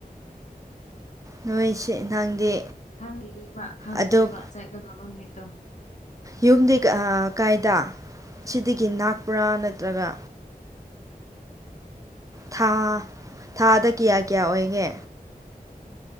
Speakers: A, on the right; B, on the left.
A: ꯅꯣꯏꯁꯦ ꯅꯪꯗꯤ
B: ꯈꯪꯗ꯭ꯔꯤꯕ ꯈꯪꯗ꯭ꯔꯤꯕ
A: ꯑꯗꯨ
B: ꯆꯠꯀꯗꯧꯕ ꯅꯨꯃꯤꯠꯇꯣ
A: ꯌꯨꯝꯗꯤ ꯀꯥꯏꯗ ꯁꯤꯗꯒꯤ ꯅꯥꯛꯄ꯭ꯔꯥ ꯅꯠꯇ꯭ꯔꯒ ꯊꯥ ꯊꯥꯗ ꯀꯌꯥ ꯀꯌꯥ ꯑꯣꯏꯒꯦ